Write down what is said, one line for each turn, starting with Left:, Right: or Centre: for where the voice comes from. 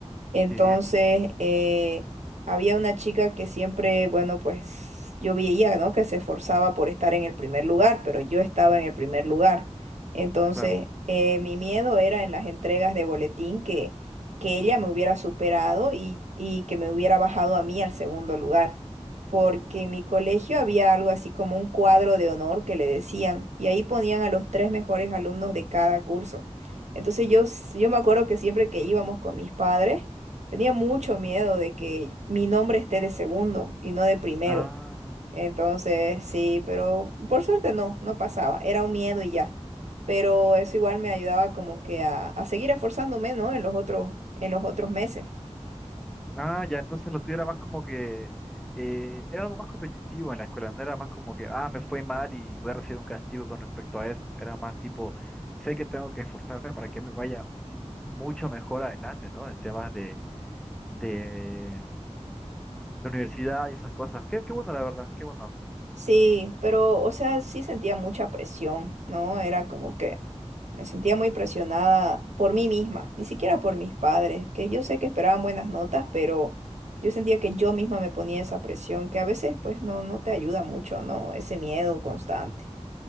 Right: Entonces,
Centre: Sí,
Right: eh, había una chica que siempre, bueno, pues yo veía, ¿no? Que se esforzaba por estar en el primer lugar, pero yo estaba en el primer lugar. Entonces,
Centre: claro.
Right: eh, mi miedo era en las entregas de boletín que, que ella me hubiera superado y, y que me hubiera bajado a mí al segundo lugar. Porque en mi colegio había algo así como un cuadro de honor que le decían, y ahí ponían a los tres mejores alumnos de cada curso. Entonces yo, s- yo me acuerdo que siempre que íbamos con mis padres, Tenía mucho miedo de que mi nombre esté de segundo y no de primero.
Centre: Ah.
Right: Entonces, sí, pero por suerte no, no pasaba. Era un miedo y ya. Pero eso igual me ayudaba como que a, a seguir esforzándome, ¿no? En los otros, en los otros meses.
Centre: Ah, ya, entonces lo tuyo era más como que eh, era algo más competitivo en la escuela, no era más como que, ah, me fue mal y voy a recibir un castigo con respecto a eso. Era más tipo, sé que tengo que esforzarme para que me vaya m- mucho mejor adelante, ¿no? En temas de, de, de universidad y esas cosas. Qué, qué bueno, la verdad, qué bueno.
Right: Sí, pero, o sea, sí sentía mucha presión, ¿no? Era como que me sentía muy presionada por mí misma, ni siquiera por mis padres, que yo sé que esperaban buenas notas, pero yo sentía que yo misma me ponía esa presión, que a veces pues no, no te ayuda mucho, ¿no? Ese miedo constante.